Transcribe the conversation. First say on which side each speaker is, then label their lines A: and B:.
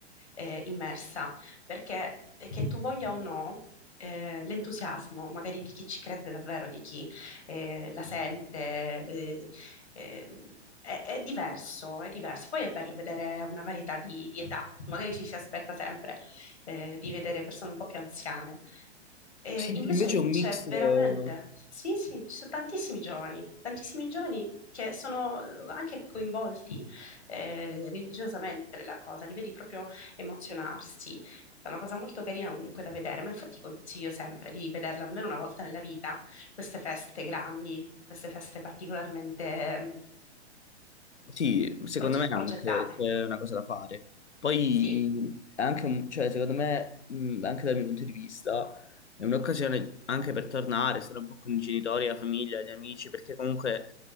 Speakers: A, on the left; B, on the left.
A: eh, immersa, perché eh, che tu voglia o no, eh, l'entusiasmo magari di chi ci crede davvero, di chi eh, la sente, eh, eh, è, è diverso, è diverso. Poi è bello vedere una varietà di di età, magari ci si aspetta sempre eh, di vedere persone un po' più anziane. E
B: Sì,
A: invece
B: sì, invece è un
A: c'è
B: mix,
A: veramente,
B: eh,
A: sì, sì, ci sono tantissimi giovani, tantissimi giovani che sono eh, anche coinvolti eh, religiosamente nella cosa, li vedi proprio emozionarsi. Questa è una cosa molto carina comunque da vedere, ma infatti consiglio sempre di vederla almeno una volta nella vita, queste feste grandi, queste feste particolarmente mm,
B: Sì, secondo
A: proge-
B: me anche
A: progettate.
B: c'è una cosa da fare. Poi
A: Sì,
B: è anche un- cioè, secondo me, mh, anche dal mio punto di vista, è un'occasione anche per tornare, stare un po' con i genitori, la famiglia, gli amici, perché comunque